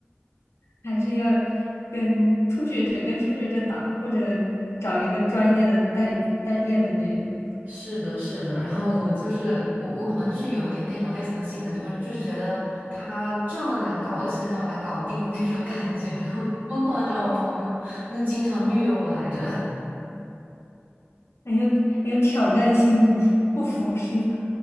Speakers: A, on the left (about 80°); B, on the right (about 45°).
A: 还是要跟初学者跟初学者打，或者找一个专业的代代练的那种，
B: 是的，是的，然后我就是我，我可能就是有一点那种类型的性格，就会就是觉得他这么难搞，我就很想把他搞定那种感觉，<laughs> 然后我就疯狂的找我朋友，他就经常虐我来着，
A: 嗯，很有很有挑战心理，不服输。